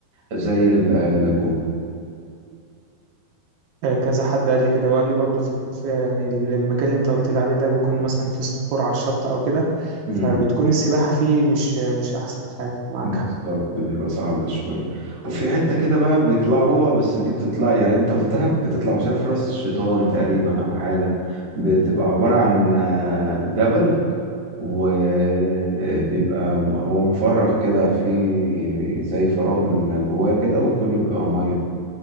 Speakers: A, on the right; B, on the right.
A: زي ال- اللاجون
B: آه، كذا حد قال لي كده وقال لي برضو في في- يعني المكان اللي انت قلت لي عليه ده بيكون مثلا فيه صخور على الشط او كده
A: مم.
B: فبتكون السباحة فيه مش مش احسن حاجة معاك
A: بالظبط
B: حق
A: بيبقى صعب شوية وفي حتة كده بقى بيطلعوها بس دي بتطلع يعني انت في دهب بتطلع مش عارف راس شيطان تقريبا او حاجة بتبقى عبارة عن آه، جبل وبيبقى م- هو مفرغ كده في زي فراغ من جواه كده وكله بيبقى مية